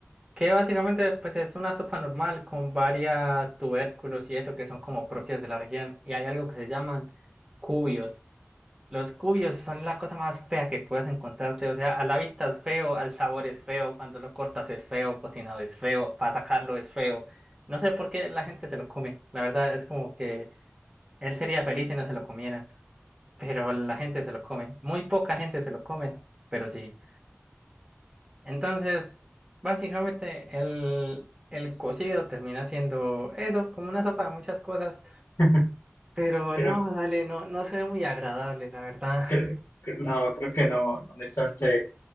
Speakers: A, on the right (about 20°); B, on the left (about 70°).
A: que básicamente pues es una sopa normal con varias tubérculos y eso que son como propias de la región. Y hay algo que se llaman cubios, Los cuyos son la cosa más fea que puedes encontrarte. O sea, a la vista es feo, al sabor es feo, cuando lo cortas es feo, cocinado es feo, para sacarlo es feo. No sé por qué la gente se lo come. La verdad es como que él sería feliz si no se lo comieran, pero la gente se lo come. Muy poca gente se lo come, pero sí. Entonces, básicamente el, el cocido termina siendo eso, como una sopa de muchas cosas.
B: <laughs>
A: Pero
B: Creo
A: no, dale, no, no se ve muy agradable, la verdad.
B: que no, creo que no, honestamente,